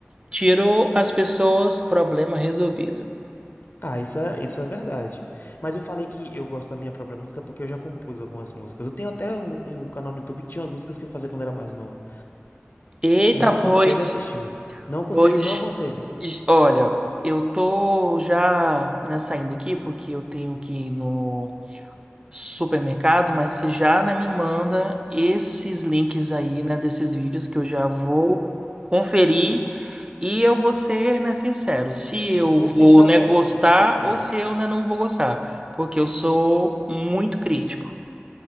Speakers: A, on the right (about 20°); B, on the left (about 55°).
A: Tirou as pessoas, problema resolvido.
B: Ah, isso é, isso é verdade. Mas eu falei que eu gosto da minha própria música porque eu já compus algumas músicas. Eu tenho até um, um canal no YouTube que tinha umas músicas que eu fazia quando era mais novo.
A: Eita,
B: Não
A: pois,
B: aconselho a assistir. Não aconselho,
A: pois
B: não aconselho.
A: J- Olha, eu tô já, né, saindo aqui porque eu tenho que ir no supermercado, mas você já, né, me manda esses links aí, né, desses vídeos que eu já vou conferir e eu vou ser, né, sincero, se eu
B: Vou
A: vou,
B: pensar
A: né,
B: seriamente
A: gostar
B: se eu te mando.
A: ou se eu, né, não vou gostar, porque eu sou muito crítico,